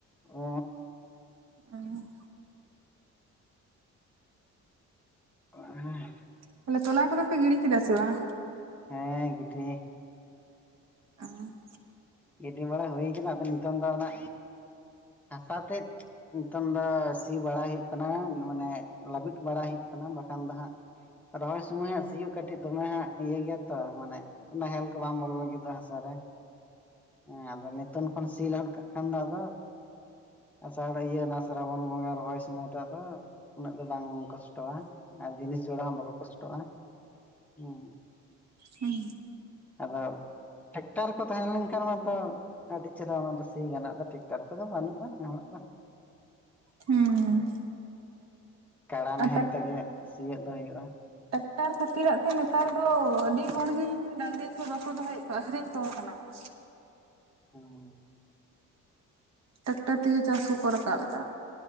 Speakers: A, in the centre; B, on the right.
A: ᱚᱻ
B: ᱦᱮᱸ
A: ᱦᱮᱸ
B: ᱛᱟᱦᱚᱞᱮ ᱛᱚᱞᱟ ᱠᱚᱫᱚ ᱯᱮ ᱜᱤᱲᱤ ᱠᱮᱫᱟ ᱥᱮ ᱵᱟᱝ?
A: ᱦᱮᱸ ᱜᱤᱴᱤ
B: ᱚᱸ
A: ᱜᱤᱰᱤ ᱵᱟᱲᱟ ᱦᱩᱭ ᱠᱟᱱᱟ, ᱟᱫᱚ ᱱᱤᱛᱚᱝ ᱫᱚ ᱚᱱᱟ ᱦᱟᱥᱟ ᱛᱮᱫ ᱱᱤᱛᱚᱝ ᱫᱚ ᱥᱤ ᱵᱟᱲᱟ ᱦᱩᱭᱩᱜ ᱠᱟᱱᱟ ᱢᱟᱱᱮ ᱞᱟᱹᱵᱤᱫ ᱵᱟᱲᱟ ᱦᱩᱭᱩᱜ ᱠᱟᱱᱟ ᱵᱟᱠᱷᱟᱱ ᱫᱚ ᱦᱟᱸᱜ ᱨᱚᱦᱚᱭ ᱥᱚᱢᱚᱭ ᱦᱟᱸᱜ ᱥᱤᱭᱳᱜ ᱠᱟᱹᱴᱤᱡ ᱫᱚᱢᱮ ᱦᱟᱸᱜ ᱤᱭᱟᱹ ᱜᱮᱭᱟ ᱛᱚ ᱢᱟᱱᱮ ᱱᱟᱦᱮᱞ ᱠᱚ ᱵᱟᱝ ᱵᱚᱞᱚ ᱞᱟᱹᱜᱤᱫᱚᱜ-ᱟ ᱦᱟᱥᱟ ᱨᱮ ᱦᱮᱸ ᱟᱫᱚ ᱱᱤᱛᱚᱱ ᱠᱷᱚᱱ ᱥᱤ ᱞᱟᱹᱦᱩᱫ ᱠᱟᱜ ᱠᱷᱟᱱ ᱫᱚ ᱟᱫᱚ ᱟᱥᱟᱲ ᱤᱭᱟᱹ ᱚᱱᱟ ᱥᱨᱟᱵᱚᱱ ᱵᱚᱸᱜᱟ ᱨᱚᱦᱚᱭ ᱥᱚᱢᱚᱭ ᱴᱟᱜ ᱫᱚ ᱩᱱᱟᱹᱜ ᱫᱚ ᱵᱟᱝ ᱠᱚᱥᱴᱚᱣᱟ ᱟᱨ ᱡᱤᱱᱤᱥ ᱡᱚᱲᱟ ᱦᱚᱸ ᱵᱟᱠᱚ ᱠᱚᱥᱴᱚᱜᱼᱟ ᱩᱸ
B: ᱦᱩᱸ
A: ᱟᱫᱚ ᱴᱷᱮᱠᱴᱟᱨ ᱠᱚ ᱛᱟᱦᱮᱸ ᱞᱮᱱᱠᱷᱟᱱ ᱢᱟ ᱛᱚ ᱟᱹᱰᱤ ᱪᱮᱦᱮᱨᱟ ᱚᱱᱟ ᱫᱚ ᱥᱤ ᱜᱟᱱᱚᱜ ᱫᱚ ᱴᱮᱠᱴᱟᱨ ᱠᱚᱫᱚ ᱵᱟᱹᱱᱩᱜᱼᱟ ᱱᱮ ᱦᱚᱲᱟᱜ ᱫᱚ
B: ᱦᱩᱸ
A: ᱠᱟᱲᱟ
B: ᱟᱨ
A: ᱱᱟᱦᱮᱞ ᱛᱮᱜᱮ ᱥᱤᱭᱳᱜ ᱫᱚ ᱦᱩᱭᱩᱜᱼᱟ
B: ᱴᱮᱠᱴᱟᱨ ᱠᱷᱟᱹᱛᱤᱨᱟᱜ ᱛᱮ ᱱᱮᱛᱟᱨ ᱫᱚ ᱟᱹᱰᱤ ᱦᱚᱲᱜᱮ ᱰᱟᱺᱝᱨᱤ ᱠᱚ ᱵᱟᱠᱚ ᱫᱚᱦᱚᱭᱮᱫ ᱠᱚᱣᱟ ᱟᱹᱠᱷᱨᱤᱧ ᱠᱚ ᱠᱟᱱᱟ ᱠᱚ
A: ᱦᱮᱸᱻ
B: ᱴᱮᱠᱴᱟᱨ ᱛᱮᱜᱮ ᱪᱟᱥ ᱦᱚᱸᱠᱚ ᱨᱟᱠᱟᱵ ᱮᱫᱟ